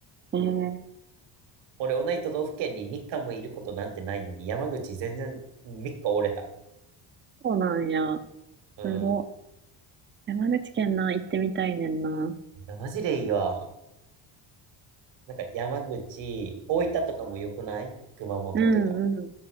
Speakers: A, on the right; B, on the right.
A: ええ
B: 俺、同じ都道府県に3日もいることなんてないのに、山口全然3日折れた。
A: そうなんや。
B: うん。
A: すご。山口県な、行ってみたいねんな。
B: いやマジでいいわ。なんか山口、大分とかも良くない熊本とか。
A: うんうん。